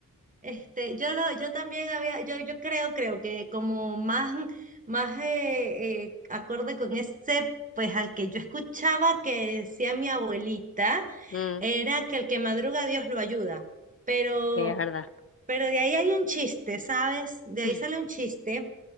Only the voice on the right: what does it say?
Este, yo lo, yo también había, yo, yo creo, creo que como más, más eh, eh, acorde con ese, pues al que yo escuchaba que decía mi abuelita,
era que el que madruga Dios lo ayuda. Pero,
pero de ahí hay un chiste, ¿sabes? De ahí
sale un chiste.